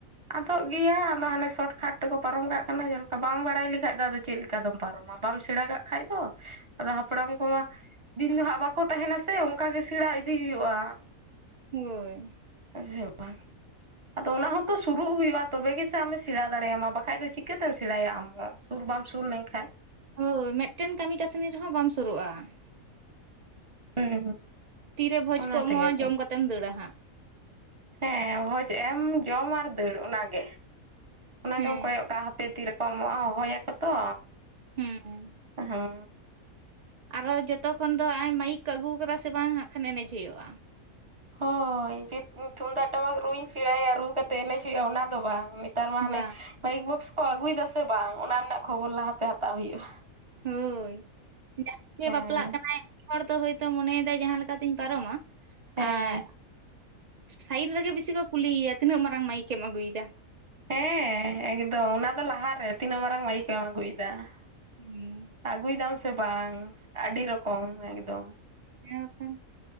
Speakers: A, on the right (about 25°); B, on the right (about 60°).
A: ᱟᱫᱚᱜ ᱜᱮᱭᱟ, ᱟᱫᱚ ᱦᱟᱱᱮ ᱥᱚᱴᱠᱟᱴ ᱛᱮᱠᱚ ᱯᱟᱨᱚᱢ ᱠᱟᱜ ᱠᱟᱱᱟ ᱡᱟᱸᱦᱟᱸ ᱞᱮᱠᱟ ᱵᱟᱝ ᱵᱟᱲᱟᱭ ᱞᱮᱠᱷᱟᱡ ᱫᱚ ᱟᱫᱚ ᱪᱮᱫᱼᱼ ᱪᱤᱠᱟᱹᱛᱮᱢ ᱯᱟᱨᱚᱢᱟ ᱵᱟᱢ ᱥᱮᱬᱟ ᱠᱟᱜ ᱠᱷᱟᱡ ᱫᱚ, ᱟᱫᱚ ᱦᱟᱯᱲᱟᱢ ᱠᱚᱢᱟᱼᱼ ᱫᱤᱱ ᱫᱚ ᱦᱟᱸᱜ ᱵᱟᱠᱚ ᱛᱟᱦᱮᱱᱟ ᱥᱮ ᱚᱝᱠᱟ ᱜᱮ ᱥᱮᱬᱟ ᱤᱫᱤ ᱦᱩᱭᱩᱜᱼᱟ ᱾
B: ᱦᱚᱭ
A: ᱥᱮ ᱵᱟᱝ, ᱟᱫᱚ ᱚᱱᱟ ᱦᱚᱸᱼᱼ ᱥᱩᱨᱩᱜ ᱦᱩᱭᱩᱜᱼᱟ ᱛᱚᱵᱮ ᱜᱮᱥᱮ ᱟᱢ ᱮ ᱥᱮᱬᱟ ᱫᱟᱲᱮᱭᱟᱢᱟ ᱵᱟᱠᱷᱟᱡ ᱫᱚ ᱪᱤᱠᱟᱹᱛᱮᱢ ᱥᱮᱬᱟᱭᱟ ᱟᱢ ᱦᱚᱸᱼᱼ ᱥᱩᱨ ᱵᱟᱢ ᱥᱩᱨ ᱞᱮᱱᱠᱷᱟᱡᱼᱼ
B: ᱦᱳ ᱢᱤᱫᱴᱮᱱ ᱠᱟᱢᱤ ᱠᱟᱥᱱᱤ ᱨᱮᱦᱚᱸ ᱵᱟᱢ ᱥᱩᱨᱩᱜᱼᱟ ᱾
A: ᱦᱩᱸ
B: ᱛᱤᱨᱮ ᱵᱷᱚᱡᱽ
A: ᱚᱱᱟ
B: ᱠᱚ
A: ᱛᱮᱜᱮ
B: ᱮᱢᱚᱜᱼᱟ
A: ᱛᱚ
B: ᱡᱚᱢ ᱠᱟᱛᱮᱢ ᱫᱟᱹᱲᱟ ᱦᱟᱸᱜᱼᱼ
A: ᱦᱮᱸ ᱵᱷᱚᱡᱽ ᱮᱢ ᱡᱚᱢ ᱟᱨ ᱫᱟᱹᱲ ᱚᱱᱟᱜᱮ, ᱚᱱᱟᱜᱮᱢ
B: ᱦᱮᱸ
A: ᱠᱚᱭᱚᱜ ᱠᱟᱜᱼᱟ ᱦᱟᱯᱮ ᱛᱤᱨᱮᱼᱼ ᱠᱚᱢᱚᱜᱼᱟ ᱦᱚᱦᱚᱭᱟᱠᱚ ᱛᱚ,
B: ᱦᱮᱸ
A: ᱦᱩᱸᱼᱼ
B: ᱟᱨᱚ ᱡᱚᱛᱚ ᱠᱷᱚᱱ ᱫᱚ ᱢᱟᱭᱤᱠ ᱠᱚ ᱟᱜᱩᱣ ᱠᱟᱫᱟ ᱥᱮ ᱵᱟᱝ ᱦᱟᱸᱜ ᱠᱷᱟᱱ ᱮᱱᱮᱡ ᱦᱩᱭᱩᱜᱼᱟ ᱾
A: ᱦ <inaudible> ᱦᱚᱭ, ᱡᱮ ᱛᱩᱢᱫᱟᱜ ᱴᱟᱢᱟᱠ ᱨᱩᱧ ᱥᱮᱬᱟᱭᱟ ᱨᱩ ᱠᱟᱛᱮ ᱮᱱᱮᱡ ᱦᱩᱭᱩᱜᱼᱟ ᱚᱱᱟ ᱫᱚ ᱾ ᱵᱟᱝ ᱛᱟᱨ ᱢᱟᱱᱮ
B: ᱵᱟᱝ
A: ᱢᱟᱭᱤᱠ ᱵᱚᱠᱥ ᱠᱚ ᱟᱜᱩᱭ ᱫᱟ ᱥᱮ ᱵᱟᱝ, ᱚᱱᱟ ᱨᱮᱱᱟᱜ ᱠᱷᱚᱵᱚᱨ ᱞᱟᱦᱟᱛᱮ ᱦᱟᱛᱟᱣ ᱦᱩᱭᱩᱜᱼᱟ᱾
B: ᱦᱩᱭ, ᱡᱟᱸᱦᱟᱸᱭ ᱜᱮ
A: ᱦᱮᱸ
B: ᱵᱟᱯᱞᱟᱜ ᱠᱟᱱᱟᱭ ᱾ ᱦᱚᱲ ᱫᱚ ᱦᱚᱭᱛᱚ ᱢᱚᱱᱮᱭᱮᱫᱟᱭ ᱡᱟᱸᱦᱟᱸ ᱞᱮᱠᱟᱛᱤᱧ ᱯᱟᱨᱚᱢᱟ
A: ᱦᱮᱸ
B: ᱟᱨᱼᱼ ᱥᱟᱭᱤᱰ ᱨᱮᱜᱮ ᱵᱤᱥᱤ ᱠᱚ ᱠᱩᱞᱤᱭᱭᱟ ᱛᱤᱱᱟᱹᱜ ᱢᱟᱨᱟᱝ ᱢᱟᱭᱤᱠᱮᱢ ᱟᱜᱩᱭ ᱫᱟ᱾
A: ᱦᱮᱸ ᱮᱠᱫᱚᱢ ᱚᱱᱟ ᱫᱚ ᱞᱟᱦᱟᱨᱮ ᱛᱤᱱᱟᱹᱜ ᱢᱟᱨᱟᱝ ᱢᱟᱭᱤᱠ ᱮᱢ ᱟᱜᱩᱭᱫᱟ ᱾
B: ᱦᱮᱸ <inaudible>
A: ᱟᱜᱩᱭ ᱫᱟᱢ ᱥᱮ ᱵᱟᱝ ᱟᱰᱤ ᱨᱚᱠᱚᱢ ᱮᱠᱫᱚᱢᱼᱼ
B: ᱦᱮᱸ ᱵᱟᱠᱷᱟᱱ <unintelligible>